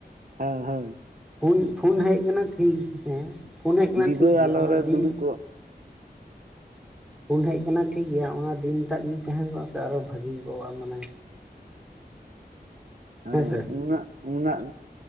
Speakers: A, on the right; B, in the centre.
A: ᱦᱳ ᱦᱳᱭ᱾
B: ᱯᱷᱩᱱ ᱯᱷᱩᱱ ᱦᱮᱡ ᱟᱠᱟᱱᱟ ᱴᱷᱤᱠ ᱦᱮᱸ ᱯᱷᱩᱱ ᱦᱮᱡ ᱟᱠᱟᱱᱟ
A: ᱰᱤᱵᱟᱹ
B: ᱴᱷᱤᱠ ᱜᱮᱭᱟ
A: ᱟᱞᱚ
B: ᱚᱱᱟ
A: ᱨᱮ
B: ᱫᱤᱱ
A: ᱫᱩᱲᱩᱵ ᱠᱚᱜ
B: ᱯᱷᱩᱱ ᱦᱮᱡ ᱟᱠᱟᱱᱟ ᱴᱷᱤᱠ ᱜᱮᱭᱟ᱾ ᱚᱱᱟ ᱫᱤᱱᱴᱟᱜ ᱡᱩᱫᱤ ᱛᱟᱦᱮᱸ ᱠᱚᱜ-ᱟ ᱥᱮ ᱟᱨᱚ ᱵᱷᱟᱹᱜᱤ ᱠᱚᱜ-ᱟ ᱢᱟᱱᱮ᱾
A: ᱟᱣ
B: ᱦᱮᱸᱥᱮ
A: ᱩᱱᱟᱜ ᱩᱱᱟᱜ